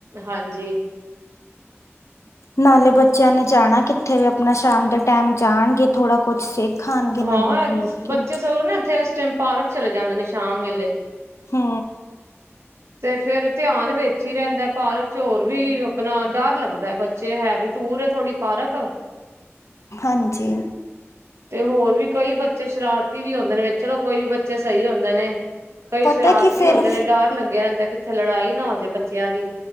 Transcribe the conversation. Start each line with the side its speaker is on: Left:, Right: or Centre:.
Right: ਹਾਂਜੀ।
Left: ਨਾਲੇ ਬੱਚਿਆਂ ਨੇ ਜਾਣਾ ਕਿੱਥੇ ਵੀ ਆਪਣਾ ਸ਼ਾਮ ਦੇ ਟਾਈਮ ਜਾਨਗੇ ਥੋੜ੍ਹਾ ਕੁਛ ਸਿੱਖ ਆਣਗੇ ਨਵਾਂ
Right: ਹਾਂ,
Left: ਹੋਰ ਕੀ
Right: ਬੱਚੇ ਸਗੋਂ ਨਾ ਇੱਥੇ ਐਸ ਟਾਈਮ ਪਾਰਕ ਚਲੇ ਜਾਂਦੇ ਨੇ ਸ਼ਾਮ ਵੇਲੇ।
Left: ਹਮ।
Right: ਤੇ ਫੇਰ ਧਿਆਨ ਵਿੱਚ ਈ ਰੇਦਾਂ ਪਾਰਕ ਹੋਰ ਵੀ ਆਪਨਾ ਡਰ ਲੱਗਦਾ ਬੱਚੇ ਹੈ ਵੀ ਦੂਰ ਏ ਥੋੜੀ ਪਾਰਕ
Left: ਹਾਂਜੀ।
Right: ਤੇ ਹੋਰ ਵੀ ਕਈ ਬੱਚੇ ਸ਼ਰਾਰਤੀ ਵੀ ਹੁੰਦੇ ਨੇ ਵਿੱਚ ਚਲੋ ਕੋਈ ਬੱਚੇ ਸਈ ਹੁੰਦੇ ਨੇ। ਕਈ
Left: ਪਤਾ
Right: ਸ਼ਰਾਰਤੀ
Left: ਕੀ ਫਿਰ
Right: ਹੁੰਦੇ ਨੇ ਡਰ ਲੱਗਿਆ ਰੇਦਾਂ ਕਿੱਥੇ ਲੜਾਈ ਨਾ ਹੋ ਜੇ ਬੱਚਿਆਂ ਦੀ।